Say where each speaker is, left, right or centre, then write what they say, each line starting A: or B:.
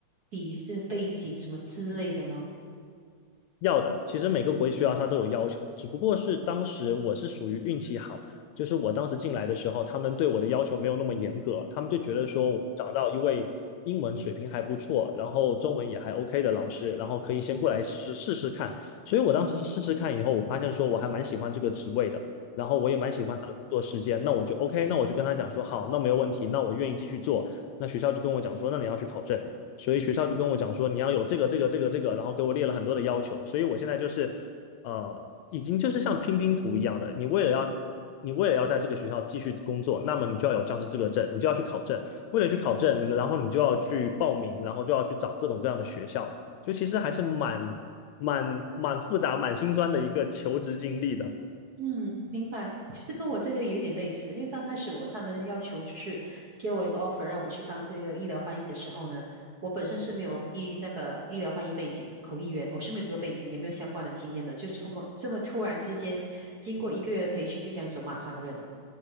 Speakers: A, on the right (about 60°); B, on the left (about 80°).
A: 底是背景什么之类的吗？
B: 要的，其实每个国际学校它都有要求，只不过是当时我是属于运气好，就是我当时进来的时候，他们对我的要求没有那么严格，他们就觉得说我找到一位英文水平还不错，然后中文也还 OK 的老师，然后可以先过来试试试看。所以我当时是试试看以后，我发现说我还蛮喜欢这个职位的，然后我也蛮喜欢他的工作时间，那我就 OK，那我就跟他讲说好，那没有问题，那我愿意继续做。那学校就跟我讲说，那你要去考证，所以学校就跟我讲说，你要有这个这个这个这个，然后给我列了很多的要求，所以我现在就是呃，已经就是像拼拼图一样的，你为了要。你为了要在这个学校继续工作，那么你就要有教师资格证，你就要去考证。为了去考证，然后你就要去报名，然后就要去找各种各样的学校，就其实还是蛮蛮蛮复杂、蛮心酸的一个求职经历的。
A: 嗯，明白。其实跟我这个有点类似，因为刚开始我他们要求就是给我一个 offer 让我去当这个医疗翻译的时候呢，我本身是没有医那个医疗翻译背景的，口译员我是没有这个背景，也没有相关的经验的，就这么这么突然之间，经过一个月的培训就这样走马上任了。